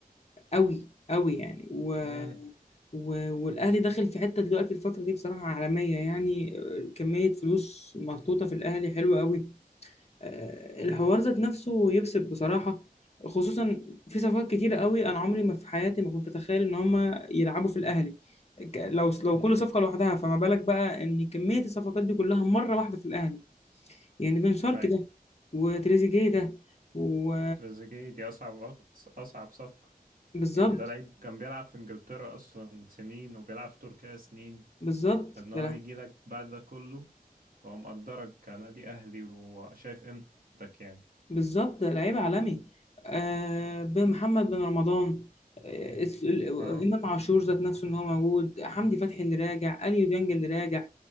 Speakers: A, on the left (about 45°); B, on the right (about 65°).
A: قوي قوي يعني و...
B: امم
A: و... والاهلي داخل في حته دلوقتي الفتره دي بصراحه عالميه يعني آه، كميه فلوس محطوطه في الاهلي حلوه قوي آه، الحوار ذات نفسه يكسب بصراحه خصوصا في صفقات كتيره قوي انا عمري ما في حياتي ما كنت اتخيل ان هم يلعبوا في الاهلي ك- لو لو
B: امم
A: كل صفقه لوحدها فما بالك بقى ان كميه الصفقات دي كلها مره واحده في الاهلي يعني بن شرقي
B: اي
A: ده وتريزيجيه ده و
B: تريزيجيه دي اصعب أك- اصعب صفقه
A: بالظبط
B: يعني ده لعيب كان بيلعب في انجلترا اصلا سنين وبيلعب في تركيا سنين
A: بالظبط
B: ان
A: ده
B: هو يجي لك بعد ده كله فهو مقدرك كنادي اهلي وشايف قيمتك يعني
A: بالظبط لعيب عالمي آه بمحمد بن رمضان آه الس- ال-
B: اه
A: امام عاشور ذات نفسه ان هو موجود حمدي فتحي اللي راجع اليو ديانج اللي راجع